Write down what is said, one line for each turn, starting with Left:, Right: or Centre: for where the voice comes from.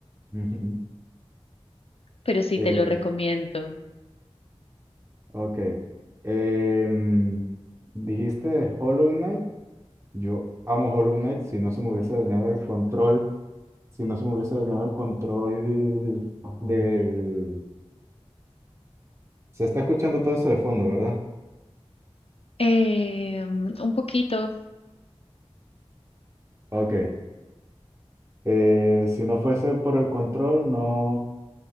Right: Ujú.
Left: Pero sí
Right: Eh,
Left: te lo recomiendo.
Right: Ok. Em, dijiste de Hollow Knight. Yo amo Hollow Knight. Si no se me hubiese dañado el control, si no se me hubiese dañado el control del... Se está escuchando todo eso de fondo, ¿verdad?
Left: Eh, un poquito.
Right: Ok. Eh, si no fuese por el control, no,